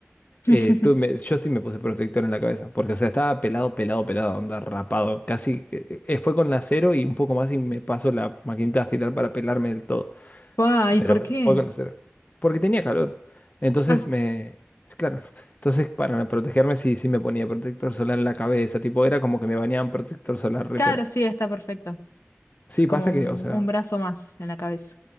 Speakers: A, on the left; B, on the left.
A: <laughs>
B: Eh, tú me- yo sí me puse protector en la cabeza, porque o sea, estaba pelado, pelado, pelado, onda rapado. Casi eh, eh, fue con la cero y un poco más y me paso la maquinita de afilar para pelarme del todo.
A: Ay,
B: Pero
A: ¿por qué?
B: fue con la cero, porque tenía calor. Entonces
A: Ah,
B: me... Claro, entonces para protegerme sí, sí me ponía protector solar en la cabeza, tipo era como que me bañaban protector solar repela.
A: claro, sí, está perfecto.
B: Sí,
A: Es como
B: pasa
A: un,
B: que, o sea,
A: un brazo más en la cabeza.